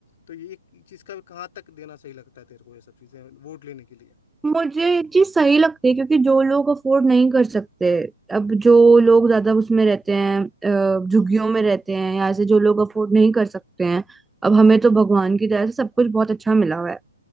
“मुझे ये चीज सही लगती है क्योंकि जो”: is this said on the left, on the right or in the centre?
Centre